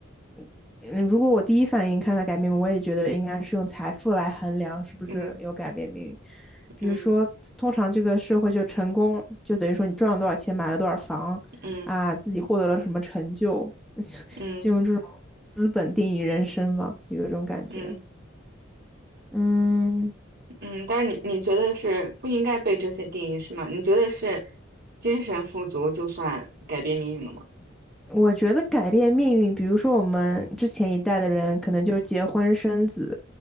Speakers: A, in the centre; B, on the right.
A: 嗯，嗯如果我第一反应看到改变命运，我也觉得应该是用财富来衡量是不是有改变命运。
B: 嗯
A: 比如说，
B: 嗯
A: 通常这个社会就成功，就等于说你赚了多少钱，买了多少房，
B: 嗯
A: 啊，自己获得了什么成就，<laughs>
B: 嗯
A: 就用这种资本定义人生嘛，就有这种感觉。
B: 嗯嗯。
A: 嗯。
B: 嗯，但是你你觉得是不应该被这些定义是吗？你觉得是精神富足就算改变命运了吗？
A: 我觉得改变命运，比如说我们之前一代的人，可能就结婚生子、